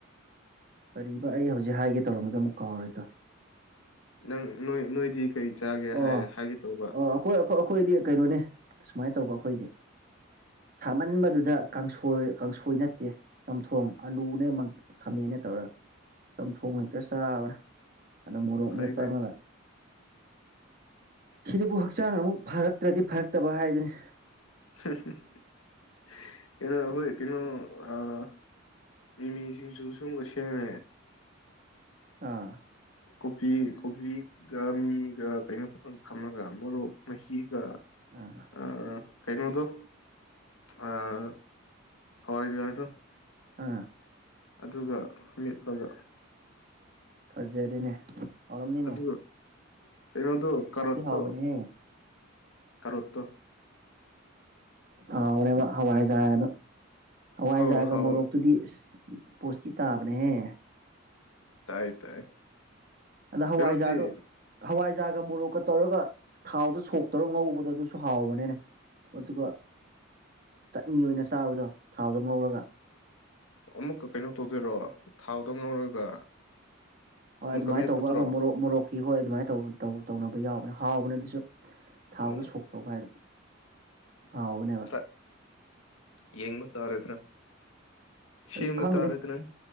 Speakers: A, on the right; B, on the left.
A: ꯀꯔꯤꯕꯥ ꯑꯩ ꯍꯧꯖꯤꯛ ꯍꯥꯏꯒꯦ ꯇꯧꯔꯝꯕꯗꯣ ꯑꯃꯨꯛ ꯀꯥꯎꯔꯦꯗꯣ
B: ꯅꯪ ꯅꯣꯏ ꯅꯣꯏꯗꯤ ꯀꯔꯤ ꯆꯥꯒꯦ
A: ꯑꯣ
B: ꯍꯥꯏꯒꯦ ꯇꯧꯕ
A: ꯑꯣ ꯑꯩꯈꯣꯏ ꯑꯩꯈꯣꯏꯗꯤ ꯀꯩꯅꯣꯅꯦ ꯁꯨꯃꯥꯏꯅ ꯇꯧꯕ ꯑꯩꯈꯣꯏꯗꯤ ꯁꯥꯃꯟꯕꯗꯨꯗ ꯀꯥꯡꯁꯣꯏ ꯀꯥꯡꯁꯣꯏ ꯅꯠꯇꯦ ꯆꯝꯊꯣꯡ ꯑꯜꯂꯨꯅꯦ ꯈꯥꯃꯦꯅ ꯇꯧꯔꯒ ꯆꯝꯊꯣꯡ ꯍꯦꯛꯇ ꯆꯥꯕ꯭ꯔꯥ ꯑꯗ ꯃꯣꯔꫭꯛ
B: ꯐꯩ
A: ꯃꯦꯠꯄ
B: ꯐꯩ
A: ꯑꯃꯒ ꯁꯤꯗꯕꯨ ꯍꯛꯆꯥꯡ ꯑꯃꯨꯛ ꯐꯔꯛꯂ꯭ꯔꯗꯤ ꯐꯔꯛꯇꯕ ꯍꯥꯏꯗꯨꯅꯤ
B: <unintelligible> ꯀꯩꯅꯣ ꯑꯩꯈꯣꯏ ꯀꯩꯅꯣ ꯑꯥ ꯃꯤꯃꯤ ꯁꯤꯡꯖꯨꯁꯨ ꯑꯃꯨꯛ ꯁꯦꯝꯃꯦ
A: ꯑꯥ
B: ꯀꯣꯕꯤ ꯀꯣꯕꯤꯒ ꯃꯤꯃꯤꯒ ꯀꯩꯅꯣ ꯈꯇꯪ ꯊꯝꯃꯒ ꯃꯣꯔꯣꯛ ꯃꯍꯤꯒ
A: ꯑꯥ
B: ꯑ ꯀꯩꯩꯅꫭꯗꫭ ꯑꯥ ꯍꯋꯥꯏꯖ꯭ꯔꯗꫭ
A: ꯑꯥ
B: ꯑꯗꯨꯒ ꯃꯦꯠꯂꯒ
A: ꯐꯖꯔꯦꯅꯦ ꯍꯥꯎꯔꯝꯅꯤꯅꯦ
B: ꯑꯗꯨ ꯀꯩꯅꫭꯗꫭ ꯀꯔꯠꯇꯣ
A: ꯍꯥꯎꯗꯤ ꯍꯥꯎꯕꯅꯦꯍꯦ
B: ꯀꯔꯠꯇꯣ
A: ꯑꯥꯎꯕꯅꯦꯕ ꯍꯋꯥꯏꯖꯥꯔꯒꯗꫭ ꯍꯋꯥꯏꯖꯥꯔꯒ
B: ꯑꯧ ꯍꯥꯎ
A: ꯃꯣꯔꯣꯛꯇꯨꯗꯤ ꯏꯁ ꯄꯣꯠꯁꯇꯤ ꯇꯥꯕꯅꯦꯍꯦ
B: ꯇꯥꯏ ꯇꯥꯏ
A: ꯑꯗ ꯍꯋꯥꯏꯖꯥꯔꯗꯣ
B: ꯀꯩꯅꯣꯗꯤ
A: ꯍꯋꯥꯏꯖꯥꯔꯒ ꯃꯣꯔꯣꯛꯀ ꯇꯧꯔꯒ ꯊꯥꯎꯗꯣ ꯁꯣꯛꯇꯧꯔ ꯉꯧꯕꯗ ꯑꯗꯨꯁꯨ ꯍꯥꯎꯕꯅꯤꯅꯦ ꯑꯗꯨꯒ ꯆꯠꯅꯤ ꯑꯣꯏꯅ ꯆꯥꯕꯗꯣ ꯊꯥꯎꯗꯣ ꯉꯧꯔꯒ
B: ꯑꯃꯨꯛꯀ ꯀꯩꯅꯣ ꯇꯧꯗꫭꯏꯔꯣ ꯊꯥꯎꯗ ꯉꯧꯔꯒ
A: ꯍꯣꯏ
B: ꯑꯃꯨꯛꯀ
A: ꯑꯗꯨꯃꯥꯏꯅ
B: ꯃꯦꯠꯄꯗꯨꯔꯣ
A: ꯇꯧꯕ ꯑꯃ ꯃꯣꯔꯣꯛ ꯃꯣꯔꯣꯛꯀꯤ ꯍꯣꯏ ꯑꯗꯨꯃꯥꯏꯅ ꯇꯧꯕ ꯇꯧꯅꯕ ꯌꯥꯎꯕꯅꯦ ꯍꯥꯎꯕꯅ ꯑꯗꯨꯁꯨ ꯊꯥꯎꯕꯗ
B: ꯑꯣ
A: ꯁꯣꯛꯇꯧꯕ ꯍꯥꯏꯗꯣ ꯍꯥꯎꯕꯅꯦꯕ
B: ꯑꯥꯠ ꯌꯦꯡꯕ ꯇꯥꯔꯗ꯭ꯔꯥ ꯁꯦꯝꯕ
A: ꯑꯩꯁꯨ ꯈꯪꯗꯦ
B: ꯇꯥꯔꯦꯗꯅ